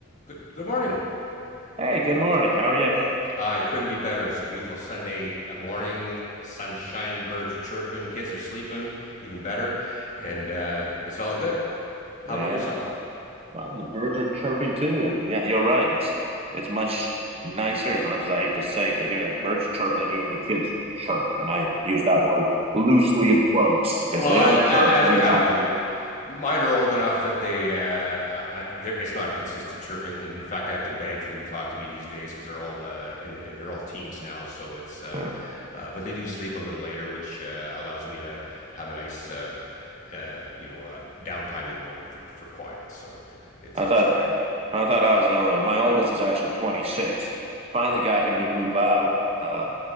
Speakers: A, on the left; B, on the right.
A: Good, good morning.
B: Hey, good morning. How are you?
A: I couldn't be better. It's a beautiful Sunday morning. Sun's shining, birds are chirping, kids are sleeping, even better. And uh, it's all good. How
B: Yeah.
A: about yourself?
B: Well, the birds are chirping too, and yeah, you're right. It's it's much nicer, as much as I hate to say it, to hear the birds chirp than hearing the kids chirp. And I use that word loosely in quotes because
A: Well,
B: they
A: I,
B: don't
A: I,
B: chirp;
A: as
B: they
A: you
B: yell.
A: have to. Mine are old enough that they, uh, I, they're- it's not a consistent chirping, and in fact, I have to beg for them to talk to me these days because they're all uh, in, they're all teens now. So it's, uh,
B: Yeah.
A: uh, but they do sleep a little later, which uh, allows me to have a nice, uh, uh, you know, uh, downtime in the morning for for quiet. So it's
B: I
A: it's
B: thought
A: great.
B: I thought I was the only one. My oldest is actually 26. Finally got him to move out uh,